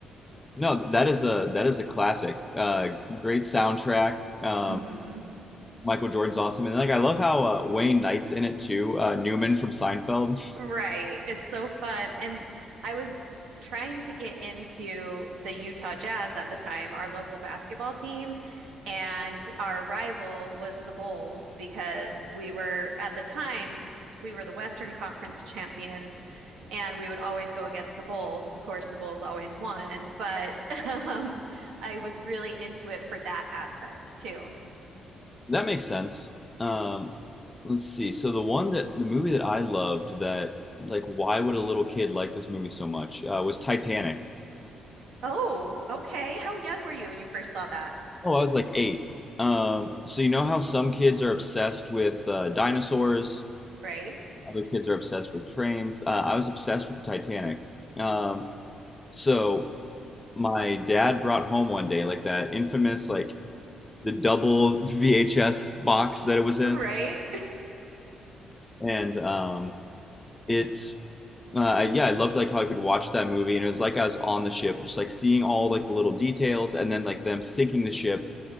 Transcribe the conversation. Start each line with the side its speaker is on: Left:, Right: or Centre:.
Left: No, that is a that is a classic. Uh, great soundtrack. Um,
Right: hmm
Left: Michael Jordan's awesome, and like I love how uh, Wayne Knight's in it too. Uh, Newman from Seinfeld.
Right: Right. It's so fun. And I was trying to get into the Utah Jazz at the time, our local basketball team, and our rival was the Bulls because we were at the time we were the Western Conference champions and we would always go against the Bulls. Of course, the Bulls always won, but <laughs> um, I was really into it for that aspect too.
Left: That makes sense. Um, let's see. So the one that the movie that I loved that like why would a little kid like this movie so much uh, was Titanic.
Right: Oh, okay. How young were you when you first saw that?
Left: Oh, I was like eight. Um, so you know how some kids are obsessed with uh, dinosaurs
Right: Right?
Left: Other kids are obsessed with trains. Uh, I was obsessed with the Titanic. Um, so my dad brought home one day like that infamous like the double <laughs> VHS box that it was in,
Right: Right? <laughs>
Left: and um, it uh, yeah, I loved like how I could watch that movie, and it was like I was on the ship, just like seeing all like the little details, and then like them sinking the ship